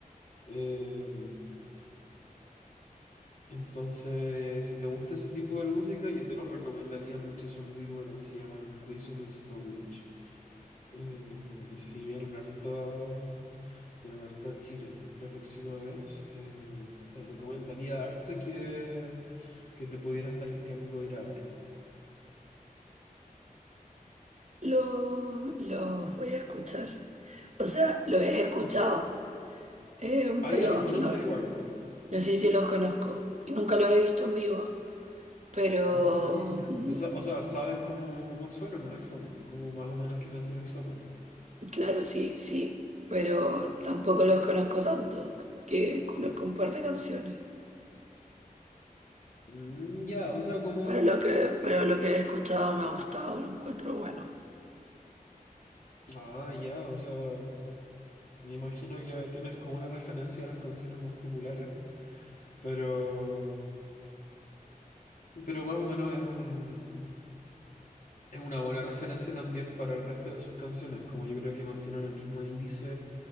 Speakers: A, on the left; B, on the right.
A: Eh, entonces, si te gusta ese tipo de música, yo te los recomendaría mucho, son muy buenos, se llaman Queens of the Stone Age. Eh, y si vienen harto, a- vienen harto a Chile la próxima vez, eh, te recomendaría harto que, que te pudieras dar el tiempo de ir a verlo.
B: Lo- los voy a escuchar. O sea, los he escuchado, eh,
A: Ah,
B: pero
A: ya los conoces
B: no,
A: igual.
B: no sé si los conozco. Y nunca los he visto en vivo. Pero
A: Ah, ya,
B: mm,
A: ya. Pero, sa- o sea, sabes cómo, cómo suenan en el fondo, como más o menos qué canciones tocan.
B: Claro, sí, sí, pero tampoco los conozco tanto, que conozco un par de canciones.
A: Mm, ya, o sea, como...
B: Pero lo que, pero lo que he escuchado me ha gustado, lo encuentro bueno.
A: Ah, ya, o sea, me imagino que tienes como una referencia a las canciones más populares, pero... Pero más o menos es un... Es una buena referencia también para el resto de sus canciones, como yo creo que mantienen el mismo índice